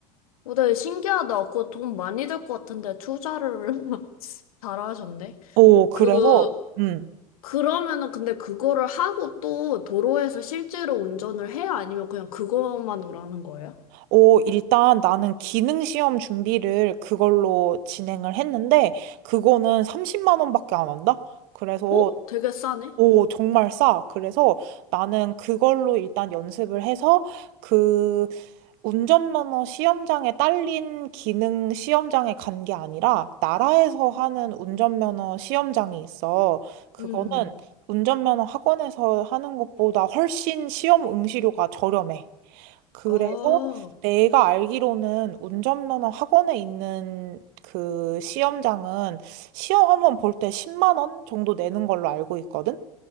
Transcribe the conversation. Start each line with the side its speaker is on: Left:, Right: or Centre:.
Left: 오, 네, 신기하다. 그거 돈 많이 들 것 같은데, 투자를 <laughs> 잘하셨네.
Right: 오, 그래서,
Left: 그,
Right: 음.
Left: 그러면은 근데 그거를 하고 또 도로에서 실제로 운전을 해요? 아니면 그냥 그것만으로 하는 거예요?
Right: 오, 일단 나는 기능 시험 준비를 그걸로 진행을 했는데, 그거는 30만 원밖에 안 한다? 그래서
Left: 어? 되게 싸네?
Right: 오, 정말 싸. 그래서 나는 그걸로 일단 연습을 해서 그 운전면허 시험장에 딸린 기능 시험장에 간 게 아니라 나라에서 하는
Left: 음.
Right: 운전면허 시험장이 있어. 그거는
Left: 음,
Right: 운전면허 학원에서 하는 것보다 훨씬 시험 응시료가 저렴해. 그래서
Left: 아,
Right: 내가 알기로는 운전면허 학원에 있는 그 시험장은 시험 한번 볼 때 10만 원 정도 내는 걸로 알고 있거든.